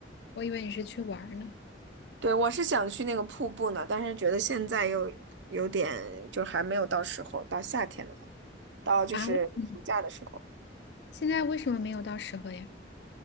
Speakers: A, on the left; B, on the right.
A: 我以为你是去玩儿呢。
B: 对，我是想去那个瀑布呢，但是觉得现在又有点，就还没有到时候，到夏天了吧，到就是暑假的时候。
A: 啊，为什么现在为什么没有到时候呀？